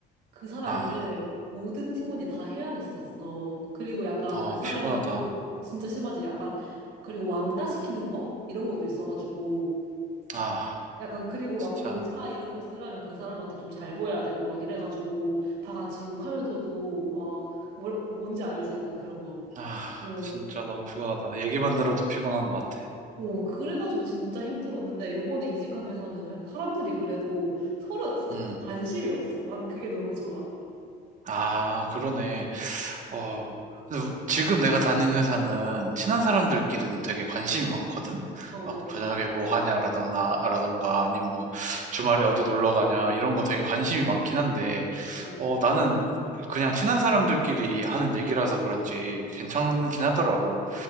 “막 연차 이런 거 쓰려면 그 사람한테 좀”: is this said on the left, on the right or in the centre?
Right